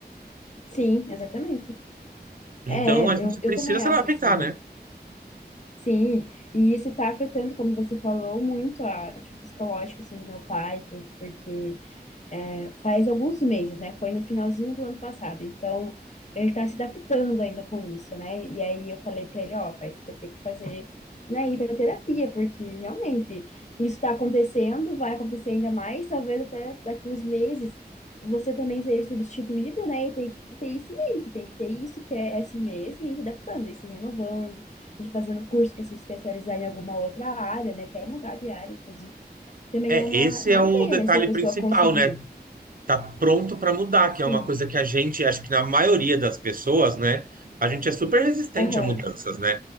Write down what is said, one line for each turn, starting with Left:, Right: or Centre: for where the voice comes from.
Left: Sim, exatamente.
Right: Então
Left: É,
Right: a gente
Left: eu,
Right: precisa
Left: eu também
Right: se
Left: acho
Right: adaptar,
Left: assim.
Right: né?
Left: Sim, e isso tá afetando, como você falou, muito a, tipo, psicológico, assim, do meu pai e tudo, porque faz alguns meses, né? Foi no finalzinho do ano passado. Então, ele tá se adaptando ainda com isso, né? E aí eu falei pra ele, ó, pai, você vai ter que fazer, né, ir pra terapia, porque realmente isso tá acontecendo, vai acontecer ainda mais, talvez até daqui uns meses você também seja substituído, né? E tem que ter isso em mente, tem que ter isso que é é assim mesmo, e se adaptando, e se renovando, e fazendo curso para se especializar em alguma outra área, né? Até mudar de área, inclusive. Também
Right: É,
Left: é uma,
Right: esse
Left: uma
Right: é o
Left: ideia,
Right: detalhe
Left: né? Se a pessoa
Right: principal,
Left: conseguir
Right: né? Tá pronto para mudar,
Left: Sim,
Right: que é uma coisa que a gente, acho que na maioria das pessoas, né? A gente é super resistente
Left: aham,
Right: a mudanças, né?